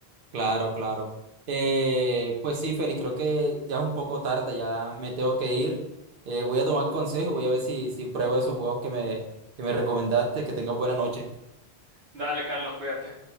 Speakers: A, on the right (about 60°); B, on the right (about 75°).
A: Claro, claro. Eh, pues sí, Félix, creo que ya es un poco tarde, ya me tengo que ir. Eh, voy a tomar consejo y voy a ver si, si pruebo esos juegos que me, que me recomendaste. Que tengas buena noche.
B: Dale, Carlos, cuídate.